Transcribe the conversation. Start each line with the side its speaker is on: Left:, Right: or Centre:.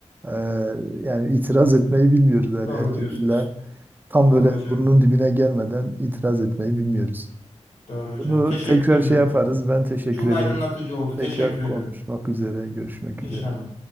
Right: e, yani itiraz etmeyi bilmiyoruz yani
Left: Doğru
Right: herkes
Left: diyorsunuz.
Right: illa tam
Left: Doğru
Right: böyle
Left: hocam.
Right: burnunun dibine gelmeden itiraz etmeyi bilmiyoruz.
Left: Doğru hocam.
Right: Bunu
Left: Teşekkür
Right: tekrar
Left: ediyorum
Right: şey yaparız.
Left: hocam.
Right: Ben teşekkür
Left: Çok
Right: ederim.
Left: aydınlatıcı oldu. Teşekkür
Right: Tekrar konuşmak
Left: ediyorum.
Right: üzere, görüşmek
Left: İnşallah.
Right: üzere.